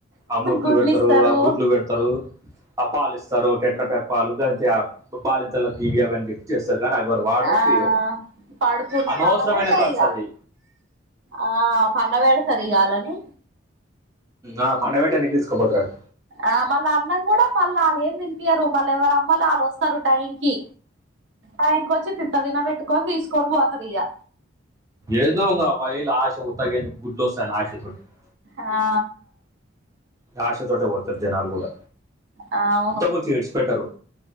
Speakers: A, on the right (about 15°); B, on the right (about 65°).
A: ఆ మురుకులు
B: గుడ్లు
A: పెడతారు
B: ఇస్తారు
A: ఆ గుడ్లు పెడతారు ఆ పాలు ఇస్తారు టెట్ర ప్యాక్ పాలు బాలింతలకి ఇవి అవని ఇస్తారు వాళ్ళు వాడరు
B: ఆ
A: చేయరు
B: పడుకు
A: అనవసరమైన
B: పండబెడతారు
A: ఖర్చు
B: ఇక
A: అది
B: ఆ పండగేడతారుగాలని
A: ఆ పండబెట్టినకే తీసుకుపోతారు
B: ఆ మళ్ళా అన్నం కూడా మళ్ళీ వాళ్ళ ఏం తి నిపియారు మళ్ళ ఎవరు అమ్మలు వాళ్ళు వస్తారు టైం కి ఆ ఇంకొచ్చి తిన పెట్టుకొని తీసుకొని పోతాది ఇగ
A: ఎళ్దుంగ బాయిలు ఆశ ఉగ ఎందుకు గుడ్లు వస్తాను ఆశ తోటి <unintelligible>
B: ఆ
A: ఆశతోటే పోతురూ జనాలు కూడా
B: ఆ అవును
A: ఉత్తకొచ్చి ఇడిచిపెట్టరు